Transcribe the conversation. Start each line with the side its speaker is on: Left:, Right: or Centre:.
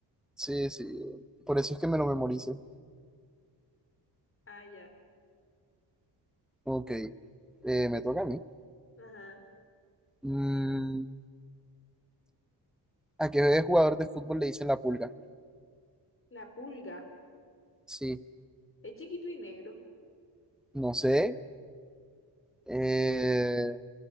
Centre: sí, sí. Por
Left: O-
Centre: eso es que me lo memorizo.
Left: ah, ya.
Centre: Ok, eh, me toca a mí.
Left: Ajá.
Centre: Mm, ¿a qué jugador de fútbol le dicen la pulga?
Left: La pulga.
Centre: Sí,
Left: Es chiquito y negro.
Centre: no sé. Eh,